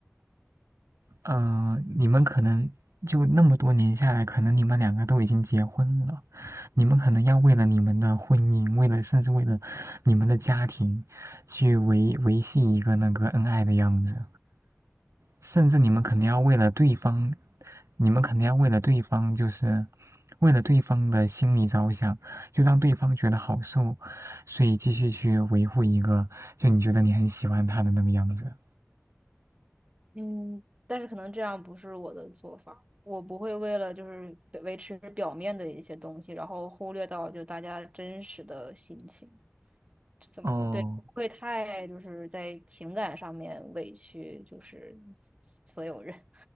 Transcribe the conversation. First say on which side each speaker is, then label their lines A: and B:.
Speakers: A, on the right (about 85°); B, on the right (about 25°).
A: 嗯、你们可能就那么多年下来，可能你们两个都已经结婚了，你们可能要为了你们的婚姻，为了甚至为了你们的家庭，去维维系一个那个恩爱的样子。甚至你们肯定要为了对方，你们肯定要为了对方，就是为了对方的心理着想，就让对方觉得好受，所以继续去维护一个就你觉得你很喜欢他的那个样子。
B: 嗯，但是可能这样不是我的做法，我不会为了就是维持表面的一些东西，然后忽略到就大家真实的心情。怎么对，
A: 哦，
B: 不会太就是在情感上面委屈，就是所有人，